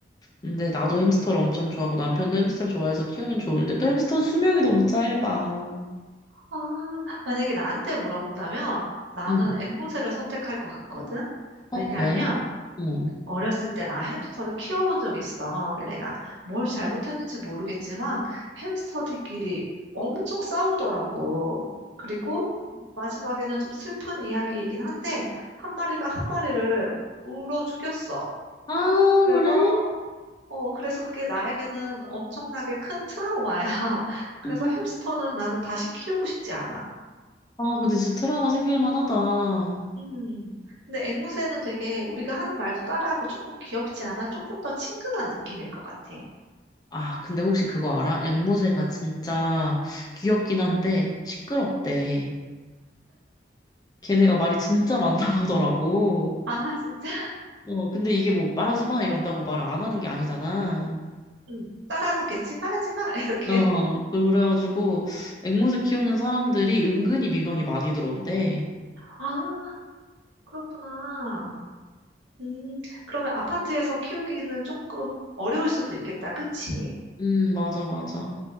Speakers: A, on the left (about 20°); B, on the right (about 90°).
A: 근데 나도 햄스터를 엄청 좋아하고 남편도 햄스터를 좋아해서 키우면 좋은데 또 햄스터는 수명이 너무 짧아.
B: 아, 만약에 나한테 물어본다면 나는
A: 응.
B: 앵무새를 선택할 것 같거든?
A: 어,
B: 왜냐하면
A: 왜? 응.
B: 어렸을 때 나 햄스터를 키워본 적이 있어. 근데 내가 뭘 잘못했는지 모르겠지만 햄스터들끼리 엄청 싸우더라고. 그리고 마지막에는 좀 슬픈 이야기이긴 한데 한 마리가 한 마리를 물어 죽였어.
A: 아,
B: 그래서
A: 그래?
B: 어, 그래서 그게 나에게는 엄청나게 큰 트라우마야. <laughs> 그래서
A: 음.
B: 햄스터는 나는 다시 키우고 싶지 않아.
A: 아, 근데 진짜 트라우마 생길 만하다. 아,
B: 음. 근데 앵무새는 되게 우리가 하는 말도 따라하고 조금 귀엽지 않아? 조금 더 친근한 느낌일 것 같아.
A: 아, 근데 혹시 그거 알아? 앵무새가 진짜 귀엽긴 한데 시끄럽대. 걔네가 말이 진짜 많다고 하더라고.
B: 아, <laughs> 진짜?
A: 어, 근데 이게 뭐 말하지 마 이런다고 말을 안 하는 게 아니잖아.
B: 음. 따라하겠지? 말하지 마! <laughs> 이렇게.
A: 어, 그래가지고 앵무새 키우는 사람들이 은근히 민원이 많이 들어온대.
B: 아, 그렇구나. 음, 그러면 아파트에서 키우기는 조금 어려울 수도 있겠다. 그치?
A: 음, 맞아, 맞아.